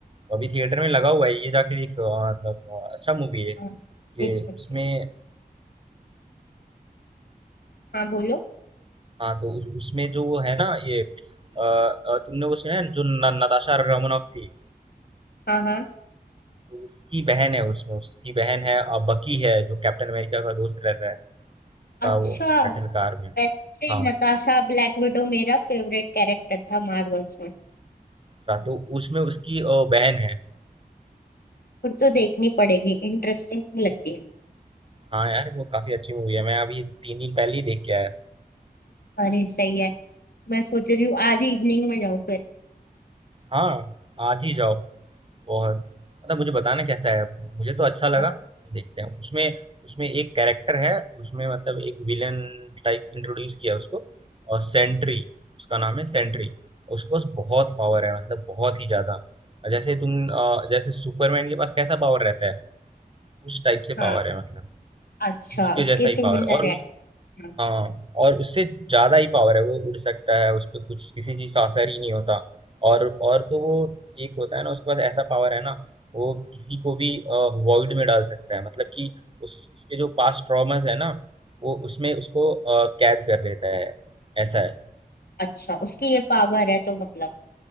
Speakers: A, on the right; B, on the left.
A: अभी थिएटर में लगा हुआ है ये जाके देख लो। हाँ, मतलब अ, अच्छा मूवी है।
B: हाँ देख
A: ये
B: सकते
A: उसमें
B: हो हाँ बोलो
A: हाँ, तो उस उसमें जो वो है ना ये अ, अ, तुमने वो सुना है जो न, नताशा रमनोफ थी
B: हाँ हाँ
A: तो उसकी बहन है उसमें उसकी बहन है अ, बकी है जो कैप्टन अमेरिका का दोस्त रहता है उसका
B: अच्छा
A: वो मेटल कार में
B: वैसे
A: हाँ
B: नताशा ब्लैक विडो मेरा फेवरेट कैरेक्टर था मार्वल्स में
A: रा- तो उसमें उसकी अ, बहन है
B: फिर तो देखनी पड़ेगी इंटरेस्टिंग लगती है
A: हाँ यार वो काफी अच्छी मूवी है मैं अभी तीन दिन पहले ही देख के आया
B: अरे सही है मैं सोच रही हूँ आज इवनिंग में जाऊँ फिर
A: हाँ आज ही जाओ और मतलब मुझे बताना कैसा है मुझे तो अच्छा लगा
B: हाँ
A: देखते हैं उसमें उसमें एक कैरेक्टर है उसमें मतलब एक विलन टाइप इंट्रोड्यूस किया उसको और सेंट्री उसका नाम है सेंट्री उसके पास बहुत पावर है मतलब बहुत ही ज़्यादा और जैसे तुम अ, जैसे सुपरमैन के पास कैसा पावर रहता है उस टाइप से
B: हाँ
A: पावर है मतलब
B: अच्छा
A: उस- उसके
B: उसके
A: जैसा
B: सिमिलर
A: ही पावर और
B: है
A: उस
B: हाँ,
A: हाँ, और उससे ज़्यादा ही पावर है वो उड़ सकता है उसपे कुछ किसी चीज़ का असर ही नहीं होता और और तो वो एक होता है ना उसके पास ऐसा पावर है ना वो किसी को भी वॉइड में डाल सकता है मतलब कि उस उसके जो पास्ट ट्रॉमास है ना वो उसमें उसको अ, कैद कर लेता है ऐसा है
B: अच्छा उसकी ये पावर है तो मतलब